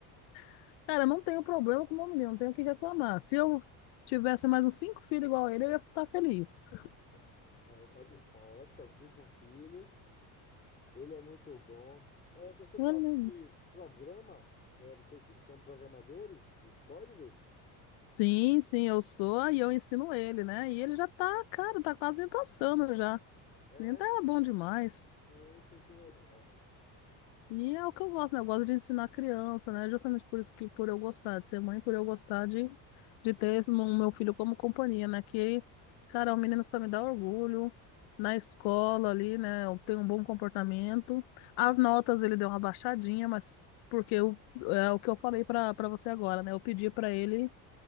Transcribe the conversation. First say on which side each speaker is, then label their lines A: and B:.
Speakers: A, on the left; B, on the left.
A: <laughs> Cara, eu não tenho problema com o meu menino, não tenho o que reclamar. Se eu tivesse mais uns cinco filhos igual a ele, eu ia estar feliz.
B: Está disposta, cinco filhos, ele é muito bom. É, você
A: Olha.
B: falou que programa, é, vocês são programadores de códigos?
A: Sim, sim, eu sou e eu ensino ele, né? E ele já tá, cara, tá quase me passando já.
B: É,
A: Ainda tá bom demais.
B: poxa, que legal.
A: E é o que eu gosto, né? Eu gosto de ensinar criança, né? Justamente por isso que por eu gostar de ser mãe, por eu gostar de, de ter esse, o meu filho como companhia, né? Que, cara, é um menino que só me dá orgulho. Na escola ali, né? Tem um bom comportamento. As notas ele deu uma baixadinha, mas porque eu, é o que eu falei pra, pra você agora, né? Eu pedi pra ele